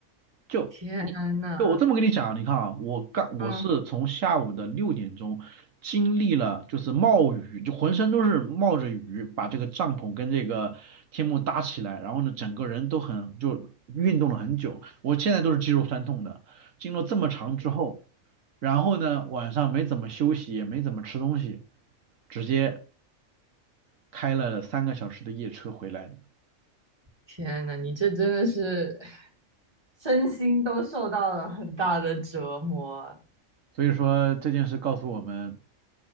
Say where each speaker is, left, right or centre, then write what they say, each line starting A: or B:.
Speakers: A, on the right; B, on the right.
A: 就你就我这么跟你讲，
B: <laughs> 天呐，
A: 你看啊，我刚我是从下午的六点钟经历了就是冒雨，
B: 嗯，
A: 就浑身都是冒着雨，把这个帐篷跟这个天幕搭起来，然后呢，整个人都很就运动了很久，我现在都是肌肉酸痛的。经过这么长之后，然后呢，晚上没怎么休息，也没怎么吃东西，直接开了三个小时的夜车回来的
B: 天呐，你这真的是身心都受到了很大的折磨啊，
A: 所以说这件事告诉我们，